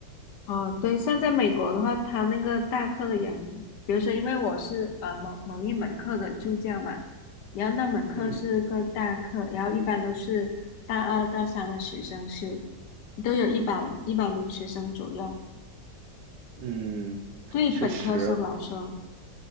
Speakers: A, on the left; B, on the right.
A: 哦，对，像在美国的话，他那个大课的人，比如说，因为我是呃某某一门课的助教嘛，然后那门课是个大课，
B: 嗯
A: 然后一般都是大二到三的学生修，都有一百一百名学生左右。
B: 嗯，
A: 对于本科生来说，
B: 确实